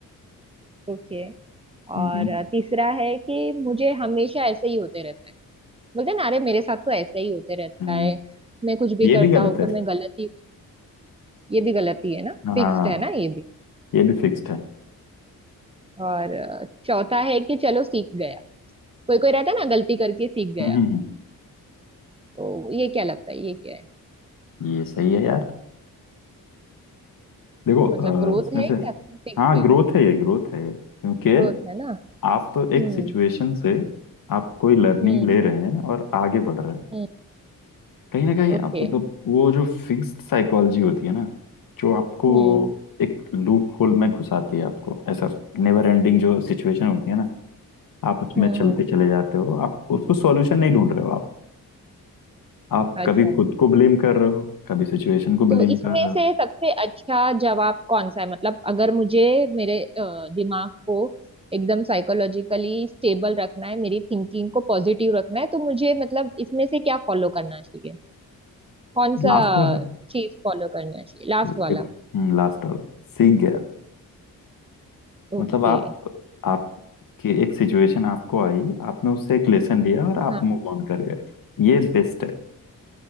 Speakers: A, on the right; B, on the left.
A: ओके और
B: हम्म
A: अ, तीसरा है कि मुझे हमेशा ऐसे ही होते रहता है बोलते हैं ना अरे मेरे साथ तो ऐसे ही होते रहता
B: हम्म
A: है मैं कुछ भी
B: ये
A: करता
B: भी गलत
A: हूँ तो
B: है
A: मैं गलत ही ये भी गलत ही है ना
B: हाँ
A: फिक्स्ड है ना ये भी
B: ये भी फिक्स्ड है
A: और अ, चौथा है कि चलो सीख गया कोई कोई रहता है ना गलती करके सीख गया
B: हम्म हम्म हम्म,
A: तो ये क्या लगता है ये क्या है
B: ये सही है यार देखो अ,
A: मतलब ग्रोथ
B: इसमें
A: है
B: से
A: या फिर फिक्स्ड
B: हाँ
A: है
B: ग्रोथ है ये ग्रोथ है ये। क्योंकि
A: ग्रोथ है ना
B: आप एक
A: हम्म
B: सिचुएशन से आप कोई लर्निंग
A: हम्म
B: ले रहे हैं और आगे बढ़ रहे हैं
A: हम्म
B: कहीं ना कहीं
A: ओके
B: आप मतलब वो जो फिक्स्ड साइकोलॉजी होती है ना जो आपको
A: हम्म
B: एक लूप होल में घुसाती है आपको ऐसा नेवर एंडिंग जो सिचुएशन होती है ना आप उसमें
A: हम्म
B: चलते
A: हम्म,
B: चले जाते हो आप उसको सॉल्यूशन नहीं ढूंढ रहे हो आप आप
A: अच्छा
B: कभी खुद को ब्लेम कर रहे हो कभी सिचुएशन को
A: तो
B: ब्लेम
A: इसमें
B: कर रहे
A: से
B: हो
A: सबसे अच्छा जवाब कौन सा है मतलब अगर मुझे मेरे अ, दिमाग को एकदम साइकोलॉजिकली स्टेबल रखना है मेरी थिंकिंग को पॉजिटिव रखना है तो मुझे मतलब इसमें से क्या फॉलो करना चाहिए कौन
B: लास्ट
A: सा
B: वाला
A: चीज फॉलो करना चाहिए लास्ट
B: देखो
A: वाला
B: हम्म लास्ट वाला सीख गया
A: ओके
B: मतलब आप आपकी एक सिचुएशन आपको आई आपने उससे एक लेसन लिया और आप
A: हाँ
B: मूव ऑन कर गए ये बेस्ट है